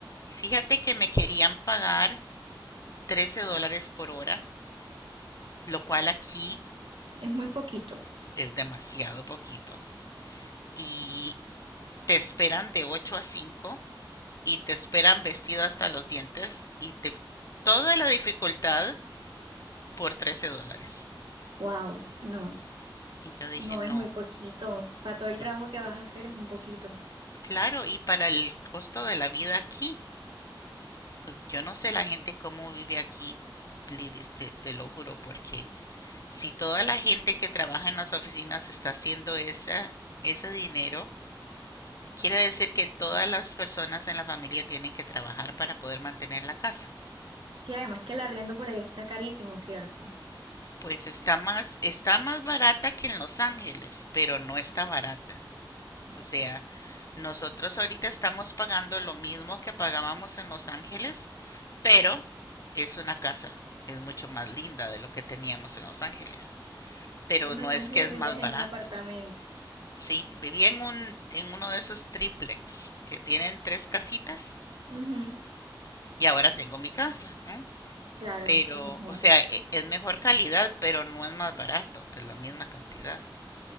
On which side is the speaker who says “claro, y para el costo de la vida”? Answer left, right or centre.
Left